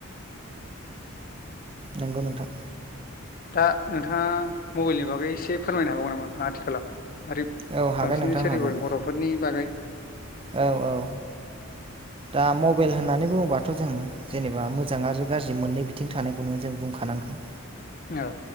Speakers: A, on the right; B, on the left.
A: नंगौ नोंथां।
B: दा नोंथाङा मबाइलनि बागै एसे फोरमायनो हाबावगोन नामा नोंथाङा आथिखालाव? आरो
A: औ हागोन
B: बांसिनै
A: नोंथां
B: सोलिबोनाय
A: हागोन
B: गथफोरनि बागै।
A: औ औ दा मबाइल होननानै बुङोबाथ जों जेनेबा मोजां आरो गाज्रि मोननै बिथिं थानायखौनो जों बुंखानांगोन।
B: औ